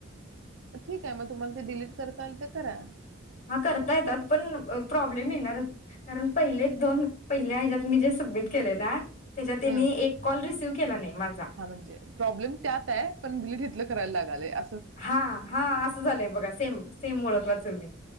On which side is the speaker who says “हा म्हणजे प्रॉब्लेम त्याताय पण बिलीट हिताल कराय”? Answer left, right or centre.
Right